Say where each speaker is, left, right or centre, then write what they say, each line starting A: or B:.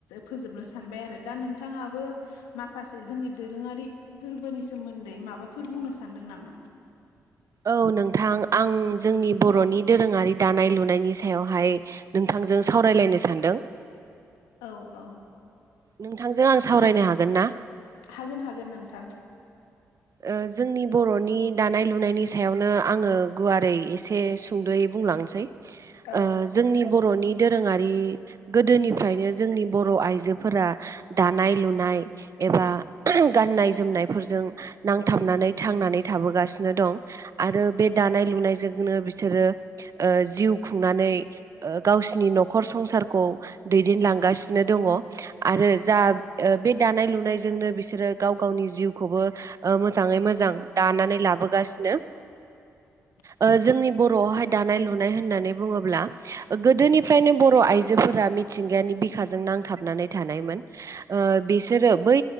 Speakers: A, on the left; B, on the right.
A: फोजोबनो सानबाय आरो दा नोंथाङाबो मा माखासे जोंनि दोरोङारि फोरबोनि सोमोन्दै माबाफोर बुंनो सानदों नामा?
B: औ नोंथां आं जोंनि बर'नि दोरोङारि दानाय लुनायनि सायावहाय नोंथांजों सावरायलायनो सान्दों ।
A: औ औ
B: नोंथांजों आं सावरायनो हागोन ना?
A: हागोन हागोन नोंथां
B: ओ जोंनि बर'नि दानाय लुनायनि सायावनो आङो गुवारै एसे सुंद'यै बुंलांनोसै ।
A: औ
B: ओ जोंनि बर'नि दो- रोङारि गोदोनिफ्रायनो जोंनि बर' आइजोफोरा दानाय लुनाय ए- बा गाननाय जोमनायफोरजों नांथाबनानै थांनानै थाबोगासिनो दं । आरो बे दानाय लुनायजोंनो बिसोरो ओ जिउ खुंनानै ओ गावसिनि न'खर संसारखौ दैदेनलांगासिनो दङ आरो जा ओ बे दानाय लुनाय जोंनो बिसोरो गाव गावनि जिउखौबो ओ मोजाङै मोजां दानानै लाबोगासिनो
A: <inaudible>
B: ओ जोंनि बर'आवहाय दानाय लुनाय होननानै बुङोब्ला ओ गोदोनिफ्रायनो बर' आइजो फोरा मिथिंगानि बिखाजों नांथाबनानै थानायमोन ओ बिसोरो बै